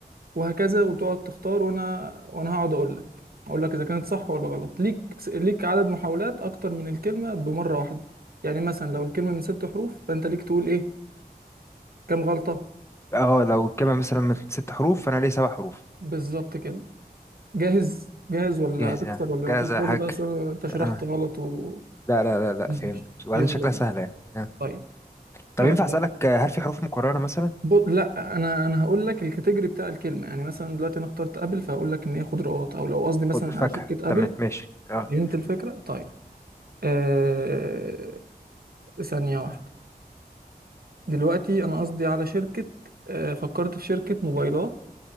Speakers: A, on the right; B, on the left.
A: وهكذا وتقعد تختار وانا وانا هقعد اقول لك اقول لك اذا كانت صح ولا غلط ليك س- ليك عدد محاولات اكتر من الكلمه بمره واحده يعني مثلا لو الكلمه من ست حروف فانت ليك تقول ايه كام غلطه
B: اه لو الكلمه مثلا من ست حروف فانا ليه سبع حروف
A: بالظبط كده جاهز جاهز ولا
B: جاهز
A: هتخسر
B: يعني
A: ولا
B: جاهز
A: هتقول
B: يا حاج
A: لي بقى أصل أنا- انت شرحت
B: آه.
A: غلط و
B: لا لا لا لا
A: ماشي
B: فهمت وبعدين
A: يلا
B: شكلها
A: بينا.
B: سهله يعني آه.
A: طيب
B: طب
A: آه،
B: ينفع اسالك آه، هل في حروف مكرره مثلا
A: ب- لا انا انا هقول لك الكاتيجوري بتاع الكلمه يعني مثلا دلوقتي انا اخترت ابل فهقول لك ان هي خضروات او لو قصدي مثلا
B: خد فاكهه
A: على شركه ابل
B: تمام ماشي اه
A: فهمت الفكره طيب آه ثانيه واحده دلوقتي انا قصدي على شركه آه فكرت في شركه موبايلات